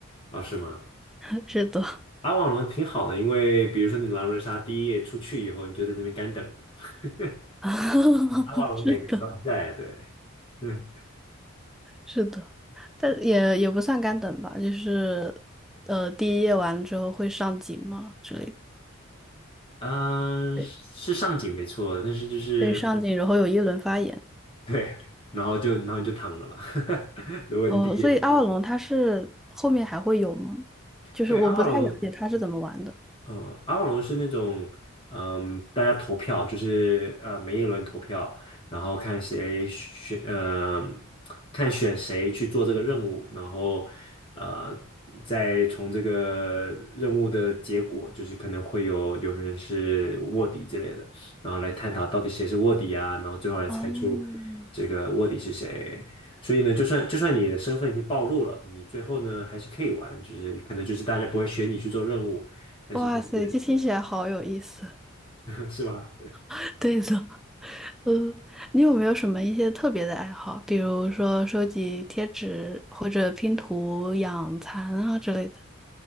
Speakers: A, on the left; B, in the centre.
A: 哦，是吗？
B: <laughs> 是的，
A: 阿瓦龙挺好的，因为比如说你狼人杀第一夜出去以后，你就在那边干等着。<laughs>
B: <laughs>
A: 阿瓦龙每个人都还在，
B: 是的。
A: 对 <laughs> 对，
B: 是的，但也也不算干等吧，就是呃，第一页完了之后会上警嘛之类的，
A: 啊，
B: 对
A: 是上井没错，但是就是
B: 对，嗯上警，然后有一轮发言。
A: 对，然后就然后你就躺着了。<laughs> 如果你第一夜就
B: 哦，所以阿瓦隆他是后面还会有吗？就是我不太了解他是怎么玩的。
A: 对阿瓦隆嗯，阿瓦隆是那种，嗯，大家投票，就是呃，每一轮投票，然后看谁选，呃，看选谁去做这个任务，然后呃，再从这个任务的结果，就是可能会有有人是卧底之类的，然后来探讨到底谁是卧底啊，然后最后来猜出
B: 哦，
A: 这个卧底是谁。所以呢，就算就算你的身份已经暴露了，你最后呢还是可以玩，就是可能就是大家不会选你去做任务。但是就是
B: 哇塞，这听起来好有意思。
A: <laughs> 是吧？
B: <laughs> 对的，嗯，你有没有什么一些特别的爱好，比如说收集贴纸或者拼图、养蚕啊之类的？